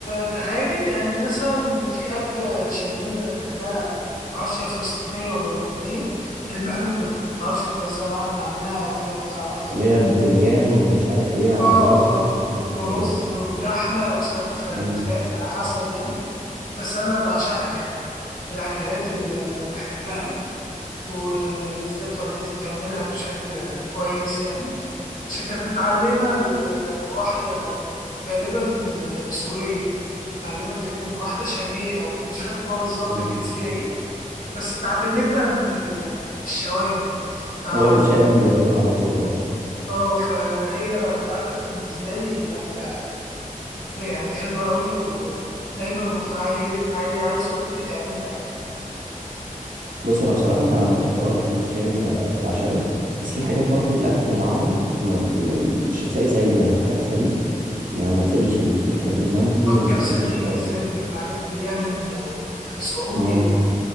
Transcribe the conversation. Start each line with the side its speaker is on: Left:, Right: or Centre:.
Left: كحادق يعني مثلا في أكلة شامية بحبها أو معرفش هي فلسطينية ولا أردنية المقلوبة معرفش أنت سمعت عنها أو كده أو تعرفها
Right: اللي هي بتنجان ومش عارف ايه على
Left: اه
Right: الرز وبتقلب ال
Left: ورز وبلحمة أو ساعات بف- بفراخ
Right: مم.
Left: على حسب يعني بس أنا بعشقها يعني من الأكلات اللي بحبها وبالذات والدتي بتعملها بشكل كويس يعني عشان كانت متعلمة ال- من واحدة غالبا آه، سورية اتعلمت تقريبا من واحدة شامية أو كده مش فاكر بقى بالظبط
Right: مم.
Left: الجنسية إيه بس اتعلمتها من ال- الشوام يعني فعم
Right: هو الشام بيعملوها على طول اه
Left: اه فهي أكلة بالنسبة لي أكلة ده يعني حلوة قوي ودايما بكون عاي- عاي- عايز والدتي تعملها يعني
Right: بص انا بصراحه انا انا بحب اه الاكل الشامي ب- ب- بعشقه بس في حاجات برضو الاكل العربي ما ما- مش هتلاقي زيه يعني الكبسه دي ما ما تلاقيش الحاجات المندي
Left: آه، الكبسة
Right: ما تلاقيش
Left: دي
Right: برضو
Left: بالذات الحاجات اليمني أو السعودي
Right: مم.
Left: أو